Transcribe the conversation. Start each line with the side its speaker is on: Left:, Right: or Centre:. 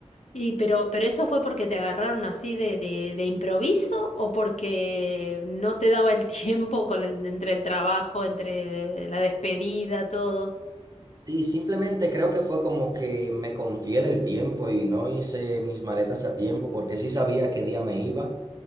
Left: Y pero, pero eso fue porque te agarraron así de, de, de improviso o porque no te daba el <laughs> tiempo con el- entre el trabajo, entre la despedida, todo.
Right: Sí, simplemente creo que fue como que me confié del tiempo y no hice mis maletas a tiempo porque sí sabía qué día me iba.